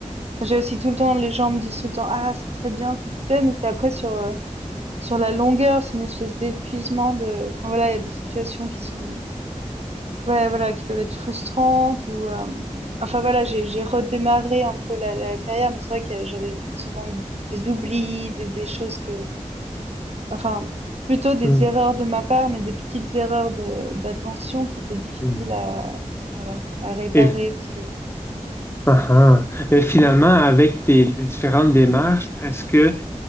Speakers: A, on the right (about 55°); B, on the left (about 20°).
A: j'ai aussi tout le temps les gens me disent tout le temps ah c'est très bien ce que tu fais, mais c'est après sur euh, sur la longueur, c'est une espèce d'épuisement de enfin, voilà il y a des situations qui sont ouais voilà qui peuvent être frustrantes ou euh, enfin voilà j'ai j'ai redémarré un peu la, la carrière, mais c'est vrai que j'avais souvent des oublis, des, des choses que Enfin, c'est plutôt des
B: Hmm,
A: erreurs de ma part, mais des petites erreurs de d'attention qui étaient difficiles
B: hmm.
A: à voilà, à réparer
B: Et,
A: parce que
B: ah, ah. Mais finalement, avec tes, tes différentes démarches, est-ce que...